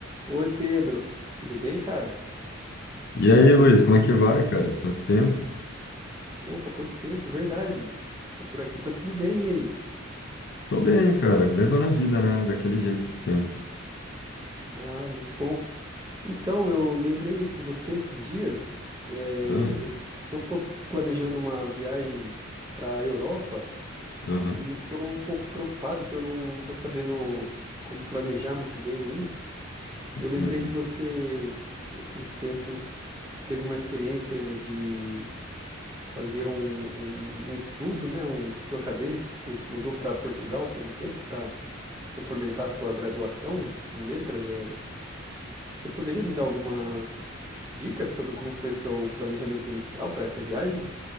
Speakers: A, on the right; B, on the left.
A: Oi, Pedro. Tudo bem, cara?
B: E aí, Luiz, como é que vai, cara? Quanto tempo?
A: Opa, quanto tempo, verdade. Tá Por aqui tá tudo bem, e aí?
B: Tô bem, cara. Levando a vida, né? Daquele jeito de sempre.
A: Ah, muito bom. Então, eu lembrei de você esses dias. É,
B: Ah,
A: eu eu estou pro- planejando uma viagem para a Europa
B: aham.
A: e estou um pouco preocupado que eu não estou sabendo como planejar muito bem isso. E Eu lembrei
B: uhum.
A: que você, esses tempos, teve uma experiência de fazer um, um, um estudo, né, um estudo acadêmico. Você se mudou para Portugal por um tempo para complementar a sua graduação em letras. É... Você poderia me dar algumas dicas sobre como foi o seu planejamento inicial para essa viagem?